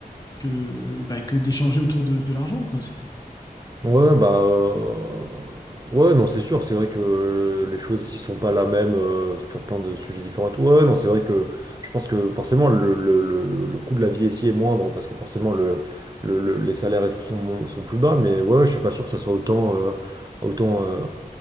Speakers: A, on the left; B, on the right.
A: que, bah, que d'échanger autour de, de l'argent, quoi. C'est...
B: Ouais, bah. euh, Ouais, non, c'est sûr. C'est vrai que euh, les choses ici sont pas la même euh, sur plein de sujets différents et tout. Ouais, non, c'est vrai que je pense que forcément le, le, le, le- le coût de la vie ici est moindre parce que forcément le, le, le- les salaires et tout sont, mon- sont plus bas. Mais ouais, je suis pas sûr que ça soit autant, euh, autant, euh,